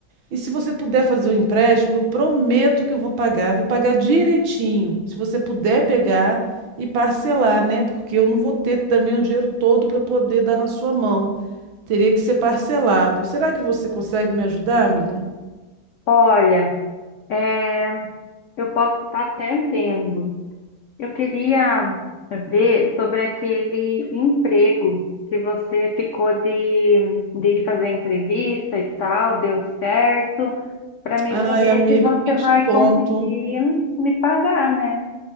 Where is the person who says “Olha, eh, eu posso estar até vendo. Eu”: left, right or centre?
Left